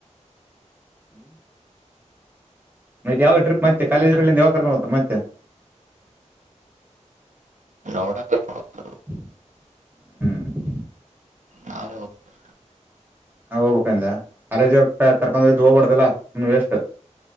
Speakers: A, on the right (about 15°); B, on the right (about 80°).
A: ಹ್ಮ ಮತ್ತೆ ಯಾವ ಟ್ರಿಪ್ ಮತ್ತೆ ಕಾಲೇಜ ಕಡೆ ಯಾವಗ ಕರ್ಕೊಂಡು ಹೋಗ್ತಾರೆ ಮತ್ತೆ
B: <unintelligible>
A: ಹ್ಮ್
B: ನಾವೇ ಹೋಗ್ಬೇಕು
A: ಹೋಗ್ಬೇಕಂದ ಕಾಲೇಜ್ ಕರ್ಕೊಂಡ ಇದ್ದು ಹೋಗ್ಬಾರ್ದಲ್ಲ ಸುಮ್ ವೆಷ್ಟು